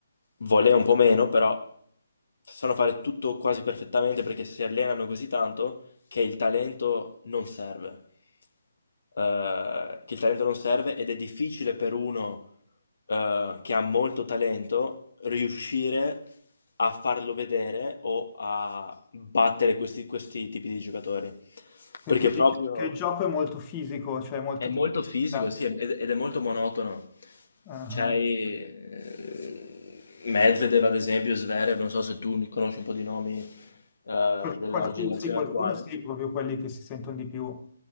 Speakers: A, on the left; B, on the left.
A: Volè un po' meno, però sanno fare tutto quasi perfettamente perché si allenano così tanto che il talento non serve, eh, che il talento non serve ed è difficile per uno eh, che ha molto talento riuscire a farlo vedere o a battere questi, questi tipi di giocatori.
B: perché,
A: Perché proprio
B: dice- perché il gioco è molto fisico, cioè molto
A: è molto
B: di potenza.
A: fisico, sì, ed ed è molto monotono.
B: Ah,
A: C'hai eh, Medvedev, ad esempio, Zverev, non so se tu conosci un po' di nomi eh, della
B: qual- qualcu-
A: generazione
B: sì, qualcuno
A: attuale.
B: sì, proprio quelli che si sentono di più.